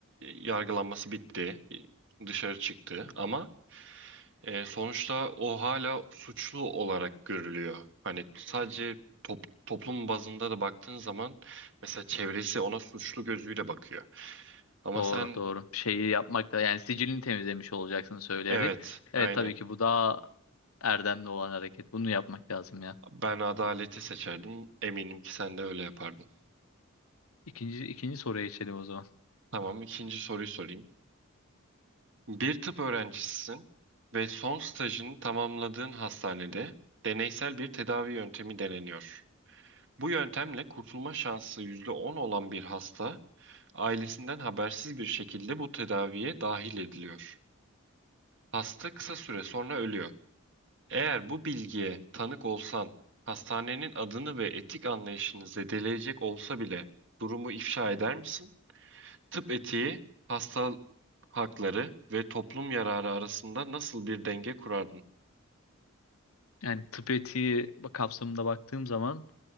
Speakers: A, on the right; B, on the left.
A: yargılanması bitti, e, dışarı çıktı ama e, sonuçta o hala suçlu olarak görülüyor. Hani sadece top- toplum bazında da baktığın zaman mesela çevresi ona suçlu gözüyle bakıyor. Ama
B: Doğru,
A: sen
B: doğru. Şeyi yapmak da yani sicilini temizlemiş olacaksın söyleyerek.
A: evet, aynen.
B: Evet tabii ki bu daha erdemli olan hareket. Bunu yapmak lazım ya.
A: Ben adaleti seçerdim. Eminim ki sen de öyle yapardın.
B: İkinci, ikinci soruya geçelim o zaman.
A: Tamam, ikinci soruyu sorayım. Bir tıp öğrencisisin ve son stajını tamamladığın hastanede deneysel bir tedavi yöntemi deneniyor. Bu yöntemle kurtulma şansı %10 olan bir hasta ailesinden habersiz bir şekilde bu tedaviye dahil ediliyor. Hasta kısa süre sonra ölüyor. Eğer bu bilgiye tanık olsan, hastanenin adını ve etik anlayışını zedeleyecek olsa bile durumu ifşa eder misin? tıp etiği, hasta hakları ve toplum yararı arasında nasıl bir denge kurardın?
B: Yani tıp etiği kapsamında baktığım zaman